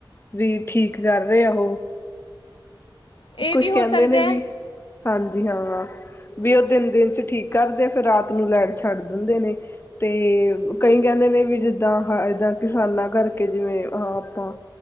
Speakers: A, on the left; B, on the left.
A: ਵੀ, ਠੀਕ ਕਰ ਰਏ ਉਹੋ।
B: ਇਹ
A: ਕੁੱਛ
B: ਵੀ ਹੋ
A: ਕਹਿੰਦੇ
B: ਸਕਦਾ
A: ਨੇਂ ਵੀ।
B: ਹੈ
A: ਹਾਂਜੀ ਹਾਂ। ਵੀ ਉਹ ਦਿਨ ਦੇ ਵਿੱਚ ਠੀਕ ਕਰਦੇਂ। ਫ਼ਿਰ ਰਾਤ ਨੂੰ ਲੈਟ ਛੱਡ ਦਿੰਦੇਂ ਨੇਂ। ਤੇ ਕਈ ਕਹਿੰਦੇ ਨੇਂ ਵੀ, ਜਿੱਦਾਂ ਏਦਾਂ ਕਿਸਾਨਾਂ ਕਰਕੇ ਜਿਵੇਂ ਆਪਾਂ।।